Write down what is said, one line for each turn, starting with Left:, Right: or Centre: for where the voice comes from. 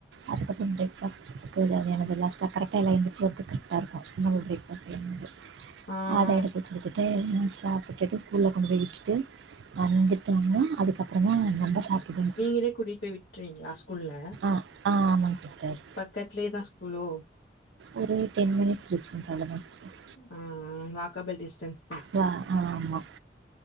Right: அதுக்கப்பறம் பிரேக் ஃபாஸ்டுக்கு தேவையானதெல்லாம் பத்தரைக்கா எல்லா எழுந்திருச்சு வரதுக்கு கரெக்டா இருக்கும் நோவே பஸ்லேந்து
Left: ஆ
Right: அத எடுத்து குடுத்துட்டு எல்லா சாப்டுக்கிட்டு கூல்ல கொண்டு போய் விட்டுட்டு வந்துட்டாங்ளா அதுக்கப்றந்தா நம்ப சாப்புடணு
Left: வே கூட்டிட் பே விட் ட்ருவவீங்ளா ஸ்கூல்ல
Right: ஆ ஆமாங் சிஸ்டர்
Left: பக்கத்ல தா ஸ்கூலோ
Right: ஒரு டென் மினிட்ஸ் டிஸ்டன்ஸ் அவ்ளோ தா சிஸ்டர்
Left: அ அ வாக்கபுல் டிஸ்டன்ஸ் தா
Right: வ ஆமா